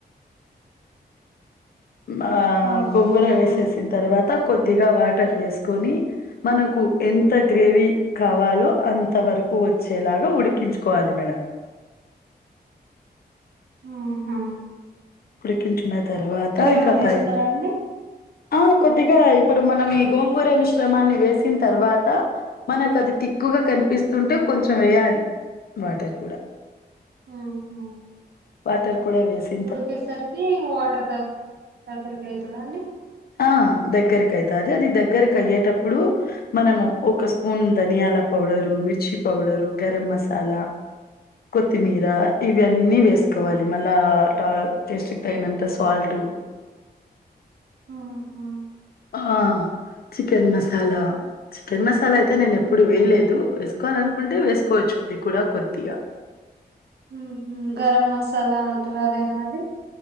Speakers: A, on the right; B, on the left.
A: <inaudible>
B: అమ్, ఆ,
A: ఓకే
B: గొంగూర,
A: ఆహా
B: వేసేసిన, తర్వాత, కొద్దిగా, వాటర్, వేసుకొని, మనకు, ఎంత, గ్రేవీకావాలో, అంతవరకు, వచ్చేలాగా, ఉడికించుకోవాలి. మేడం,
A: ఉహూ
B: ఉడికించుకున్న, తర్వాత,
A: ఏమన్నా
B: ఇంకా, పై
A: ఇస్తారా అండి
B: ఆ, కొద్దిగా, ఇప్పుడు, మనం, ఈగోంగూర, మిశ్రమాన్ని, వేసిన, తర్వాత, మనకది, థిక్, గా, కనిపిస్తుంటే, కొంచెం, వేయాలి. వాటర్, కూడా,
A: ఉహ్ హు
B: వాటర్ కూడా వేసి
A: ఉడికేసరికి వాటర్ దగ్గ్ దగ్గరకి అయితదండి
B: ఆ దగ్గరకి అయితాది అది దగ్గరకు అయ్యేటప్పుడు మనము ఒక స్పూన్ ధనియాల పౌడరు మిర్చి పౌడరు గరం మసాలా కొత్తిమీర ఇవన్నీ వేసుకోవాలి మళ్ళా టా టేస్ట్‌కు తగినంత సాల్టు
A: ఆహా
B: ఆహ్ చికెన్ మసాలా చికెన్ మసాలా అయితే నేను ఎప్పుడు వేయలేదు వేసుకోవాలనుకుంటే వేసుకోవచ్చు అది కూడా కొద్దిగా
A: మ్మ్ఉహ్మ్ గరం మసాలా అంటారు అదేనా అండి